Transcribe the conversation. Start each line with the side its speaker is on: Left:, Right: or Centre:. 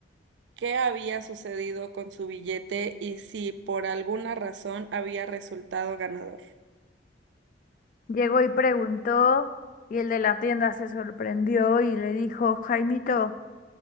Right: qué había sucedido con su billete y si por alguna razón había resultado ganador.
Left: Llegó y preguntó, y el de la tienda se sorprendió y le dijo, Jaimito,